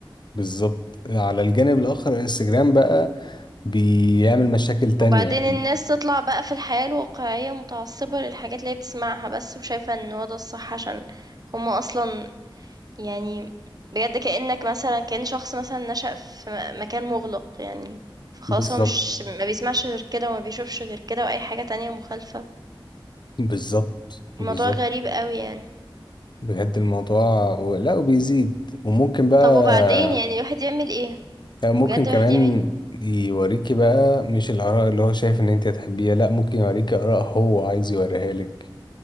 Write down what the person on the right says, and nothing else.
وبعدين
الناس تطلع بقى في الحياة الواقعية متعصبة للحاجات اللي هي بتسمعها بس وشايفة ان هو ده الصح عشان هما اصلا يعني بجد كأنك مثلا كأن شخص مثلا نشأ في م- مكان مغلق يعني فخلاص
هو مش ما بيسمعش غير كده وما بيشوفش غير كده واي حاجة تانية مخالفة
الموضوع غريب قوي يعني
طب وبعدين يعني الواحد يعمل ايه
بجد
الواحد يعمل ايه